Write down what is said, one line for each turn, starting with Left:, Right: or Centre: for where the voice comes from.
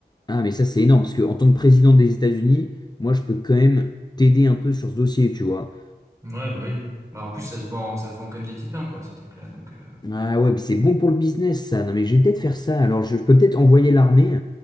Left: Ah mais ça c'est énorme, parce que en tant que président des États-Unis, moi je peux quand même t'aider un peu sur ce dossier, tu vois.
Right: Ouais, bah oui. Bah, en plus, ça se vend, ça se vend comme des tipins, quoi, ces trucs-là. Donc, euh,
Left: Ah ouais, mais c'est bon pour le business ça, non mais je vais peut-être faire ça, alors je, je peux peut-être envoyer l'armée,